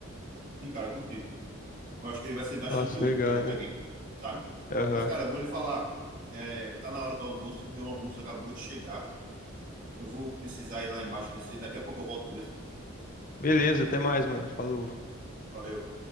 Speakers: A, on the right; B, on the left.
A: Sim, cara, eu curti. Eu acho que ele vai ser bastante
B: Nossa,
A: útil
B: legal,
A: pra gente
B: né?
A: aqui, sabe?
B: Aham.
A: Mas, cara, eu vou lhe falar. É, tá na hora do almoço e meu almoço acabou de chegar. Eu vou precisar ir lá embaixo descer. Daqui a pouco eu volto, beleza?
B: Beleza, até mais, mano. Falou.
A: Valeu.